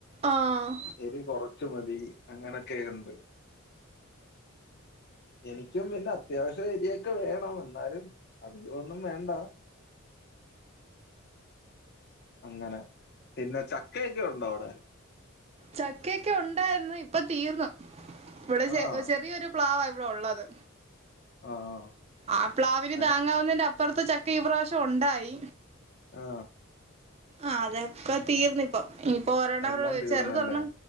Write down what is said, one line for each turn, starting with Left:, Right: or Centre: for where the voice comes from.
Right: ആഹ്
Left: എരി കൊറച്ചു മതി. തി അങ്ങനൊക്കെ ഒണ്ട്. എനിക്കും പിന്നത്യാവശ്യം എരിയൊക്കെ വേണം എന്നാലും അധികോന്നും വേണ്ടാ. അങ്ങനെ, പിന്നേ ചക്കയൊക്കെ ഒണ്ടൊ അവിടെ?
Right: ചക്കയൊക്കെ ഒണ്ടാരുന്നു, ഇപ്പ തീർന്നു. ഇവിടെ ചെ
Left: ആഹ്
Right: ചെറിയൊരു പ്ലാവാ വിടൊള്ളത്.
Left: ആഹ് ആഹ്
Right: ആ പ്ലാവിന്
Left: അന
Right: താങ്ങാവുന്നെന്റെ അപ് പ്പറത്തു ചക്ക ഈ പ്രാവശ്യം ഉണ്ടായി.
Left: ആ..
Right: ആ അതൊക്കെ തീർന്നിപ്പോ ഇനിപ്പോ ഒരെണ്ണം
Left: എല്ലാം
Right: ഒരു
Left: തീർന്നല്ലേ?
Right: ചെറുതൊരെണ്ണം